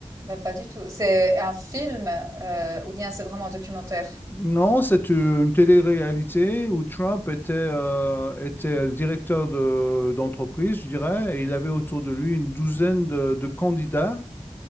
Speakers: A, on the right; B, on the left.
A: Bah, pas du tout. C'est un film, euh, ou bien c'est vraiment un documentaire?
B: Non, c'est une une télé-réalité où Trump était, euh, était directeur de- d'entreprise, je dirais, et il avait autour de lui une douzaine de de candidats